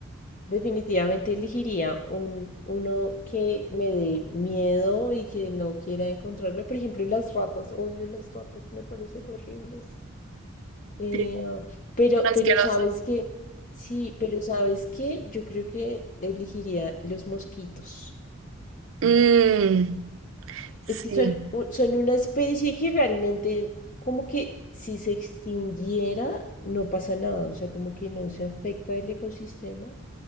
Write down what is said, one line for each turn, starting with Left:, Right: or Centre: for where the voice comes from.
Left: definitivamente elegiría un, uno que me dé miedo y que no quiera encontrarme. Por ejemplo, las ratas. Odio las ratas, me parecen horribles. Eh,
Right: Sí,
Left: pero,
Right: son
Left: pero
Right: asquerosos.
Left: sabes que, sí, pero sabes que yo creo que elegiría los mosquitos.
Right: Mm, sí.
Left: Es que son, u- son una especie que realmente, como que si se extinguiera, no pasa nada, o sea, como que no se afecta el ecosistema.